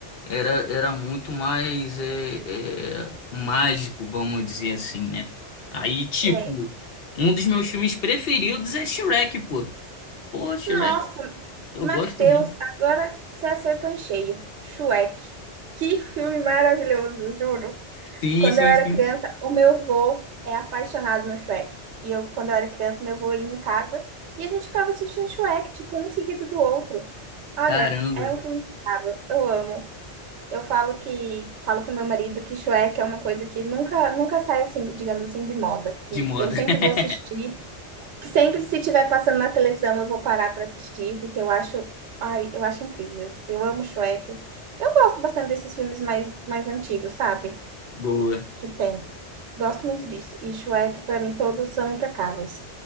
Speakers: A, on the left (about 60°); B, on the right (about 80°).
A: Era, era muito mais é, é, mágico, vamos dizer assim, né? Aí, tipo,
B: É.
A: um dos meus filmes preferidos é Shrek, pô. Pô, Shrek,
B: Nossa,
A: eu
B: Matheus,
A: gosto muito.
B: agora você acertou em cheio. Shrek. Que filme maravilhoso, juro.
A: Sim,
B: Quando
A: sim,
B: eu era
A: sim.
B: criança, o meu avô é apaixonado no Shrek. E eu, quando eu era criança, meu avô ia em casa e a gente ficava assistindo Shrek, tipo, um seguido do outro. Olha,
A: Caramba,
B: é um filme impecável. Eu amo. Eu falo que falo pro meu marido que Shrek é uma coisa que nunca nunca sai assim, digamos assim, de moda, que
A: de moda.
B: eu sempre
A: <laughs>
B: vou assistir, que sempre se estiver passando na televisão eu vou parar para assistir, porque eu acho, ai, eu acho incrível. Eu amo Shrek. Eu gosto bastante desses filmes mais mais antigos, sabe?
A: Boa.
B: Que tem. Gosto muito disso. E Shrek para mim todos são impecáveis.